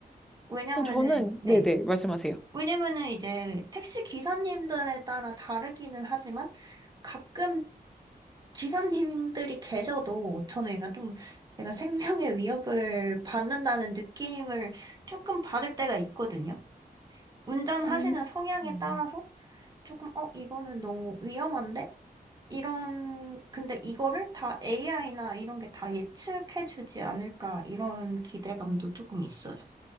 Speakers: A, on the right (about 25°); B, in the centre.
A: 왜냐면은,
B: 저는
A: 네.
B: 네네 말씀하세요.
A: 왜냐면은 이제 택시 기사님들에 따라 다르기는 하지만 가끔 기사님들이 계셔도 저는 약간 좀 약간 생명의 위협을 받는다는 느낌을 조금 받을 때가 있거든요. 운전하시는
B: 음.
A: 성향에
B: 음.
A: 따라서 조금 어 이거는 너무 위험한데? 이런 근데 이거를 다 AI나 이런 게 다 예측해 주지 않을까 이런 기대감도 조금 있어요.